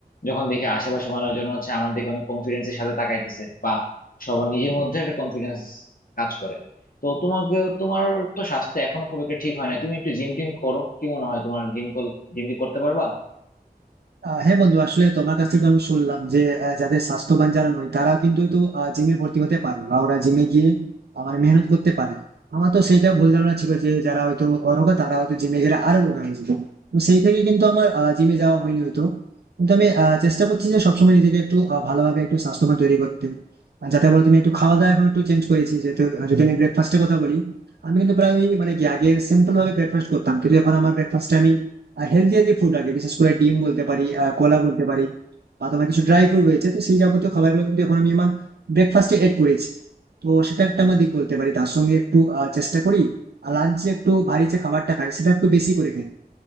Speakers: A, on the left; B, on the right.
A: যখন দেখি আশেপাশে মানুষজন হচ্ছে আমার দিকে অনেক কনফিডেন্সের সাথে তাকাইতেছে বা সবার নিজের মধ্যে একটা কনফিডেন্স কাজ করে তো তোমাকে তোমার তো স্বাস্থ্য এখনো খুব একটা ঠিক হয় না তুমি একটু জিম টিম করো কি মনে হয় তোমার জিম জিম টিম করতে পারবা
B: আহ হ্যাঁ বন্ধু আসলে তোমার কাছ থেকে তো আমি শুনলাম যে আহ, যাদের স্বাস্থ্যবান যারা নয় তারা কিন্তু তো জিমে ভর্তি হতে পারে বা ওরা জিমে গিয়ে আমার মেহনত করতে পারে আমার তো সেইটা ভুল ধারণা ছিল যে যারা হয়তো অরোগা তারা হয়তো জিমে গেলে আরো রোগা হয়ে যেত তো সেই থেকে কিন্তু আমার জিমে যাওয়া হয়নি হয়তো কিন্তু আমি আহ, চেষ্টা করছি যে সবসময় নিজেকে একটু আহ, ভালোভাবে একটু স্বাস্থ্যবান তৈরি করতে আর যাতে বলো তুমি একটু খাওয়া দাওয়া এখন একটু চেঞ্জ করেছি যেহেতু আহ, যদি আমি ব্রেকফাস্টের কথা বলি আমি কিন্তু প্রায় ওই মানে কি আগে সিম্পল ভাবে ব্রেকফাস্ট করতাম কিন্তু এখন আমার ব্রেকফাস্টে আমি হেলদি হেলদি ফুড লাগে বিশেষ করে ডিম বলতে পারি আহ, কলা বলতে পারি বা তোমার কিছু ড্রাই ফ্রুট রয়েছে তো সেই যাবতীয় খাবারগুলো কিন্তু এখন আমি আমার ব্রেকফাস্টে এড করেছি তো সেটা একটা আমার দিক বলতে পারি তার সঙ্গে একটু আহ, চেষ্টা করি লাঞ্চে একটু ভারী যে খাবারটা খাই সেটা একটু বেশি করে খেতে